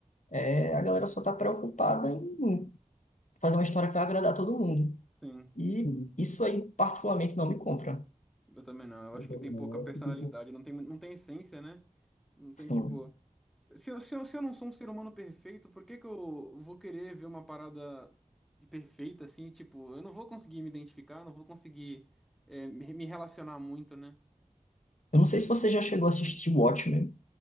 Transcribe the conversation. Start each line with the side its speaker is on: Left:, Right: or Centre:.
Left: é, a galera só tá preocupada em fazer uma história que vai agradar todo mundo.
Centre: sim.
Left: E Uhum. isso aí, particularmente, não me compra.
Centre: Eu também não. Eu
Left: Eu
Centre: acho que tem
Left: não,
Centre: pouca personalidade,
Left: tipo,
Centre: não tem, não tem essência, né? Não tem,
Left: Sim.
Centre: tipo. Se eu, se eu, se eu não sou um ser humano perfeito, por que que eu vou querer ver uma parada de perfeita assim? Tipo, eu não vou conseguir me identificar, não vou conseguir é, me, me relacionar muito, né?
Left: Eu não sei se você já chegou a assistir Watchmen,